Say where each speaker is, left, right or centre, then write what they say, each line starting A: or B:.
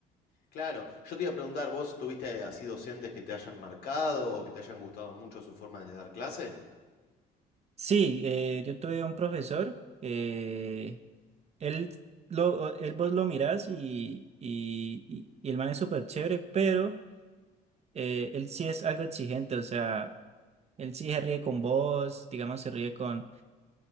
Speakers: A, on the left; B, on the right.
A: Claro, yo te iba a preguntar, ¿vos tuviste así docentes que te hayan marcado o que te hayan gustado mucho su forma de dar clase?
B: Sí, eh, yo tuve un profesor, eh, él, lo, él vos lo mirás y, y, y, y el man es súper chévere, pero eh, él sí es algo exigente, o sea, él sí se ríe con vos, digamos, se ríe con